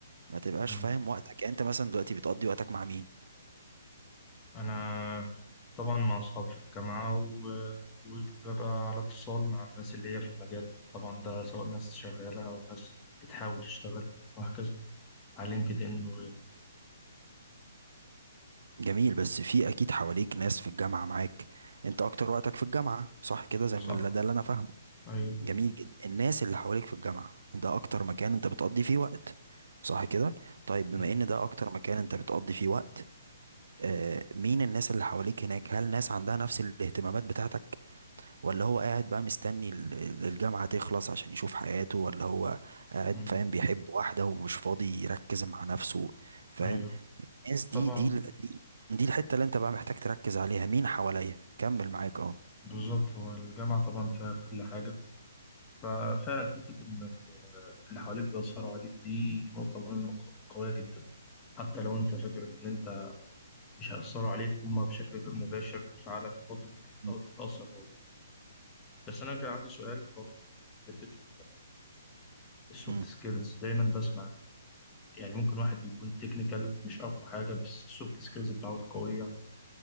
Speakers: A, on the right; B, on the left.
A: ما تبقاش
B: مم.
A: فاهم وقتك يعني انت مثلا دلوقتي بتقضي وقتك مع مين
B: أنا طبعا مع أصحابي في الجامعة و- وببقى على اتصال مع الناس اللي هي في المجال طبعا ده سواء ناس شغالة أو ناس بتحاول تشتغل وهكذا على لينكد إن وغيره
A: جميل بس في اكيد حواليك ناس في الجامعة معاك انت اكتر وقتك في الجامعة صح كده زي
B: صح
A: ما اللي- ده اللي انا فاهمه
B: أيوه
A: جميل جدا الناس اللي حواليك في الجامعة ده اكتر مكان انت بتقضي فيه وقت صح كده طيب بما
B: مم.
A: ان ده اكتر مكان انت بتقضي فيه وقت آه مين الناس اللي حواليك هناك هل ناس عندها نفس الاهتمامات بتاعتك ولا هو قاعد بقى مستني ال- ال- الجامعة تخلص عشان يشوف حياته ولا هو قاعد
B: مم.
A: فاهم بيحب واحدة ومش فاضي يركز مع نفسه فاهم
B: أيوه
A: الناس دي
B: طبعا
A: دي ال- دي دي الحتة اللي انت بقى محتاج تركز عليها مين حواليا كمل معاك اه
B: بالظبط هو الجامعة طبعا فيها كل حاجة ففعلا حتة إنك آه، اللي حواليك بيأثروا عليك دي نقطة مهمة وق- وقوية جدا حتى لو أنت فاكر إن أنت مش هيأثروا عليك هما بشكل غير مباشر فعلك الباطن
A: م-
B: بيتأثر برضه بس أنا كان عندي سؤال برضه في حتة السوفت
A: م.
B: سكيلز دايما بسمع إن- يعني ممكن واحد بيكون تكنيكال مش أقوى حاجة بس السوفت سكيلز بتاعته قوية